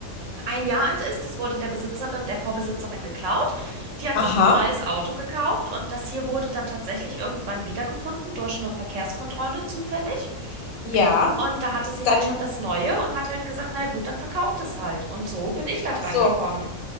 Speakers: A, on the right (about 70°); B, on the left (about 80°).
A: ein Jahr alt ist. Das wurde der Besitzerin, der Vorbesitzerin geklaut. Die hat
B: Aha,
A: sich ein neues Auto gekauft und das hier wurde dann tatsächlich irgendwann wiedergefunden durch eine Verkehrskontrolle zufällig.
B: ja.
A: Und da hatte sie
B: Und
A: halt
B: dann,
A: schon das Neue und hat halt gesagt, naja gut, dann verkauft es halt. Und so bin ich da
B: ach
A: dran
B: so.
A: gekommen.